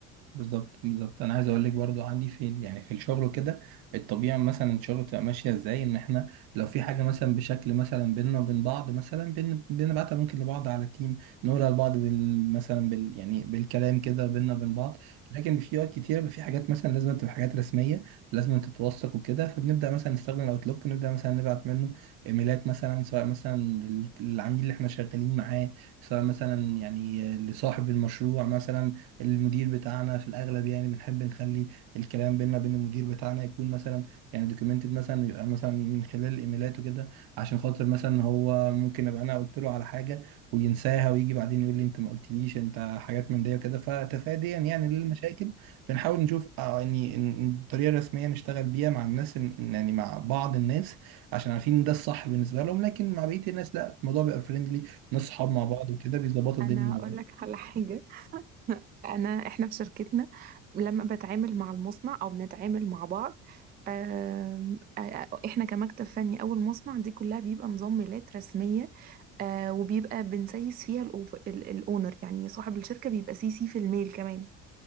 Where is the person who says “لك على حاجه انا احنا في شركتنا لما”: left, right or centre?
Right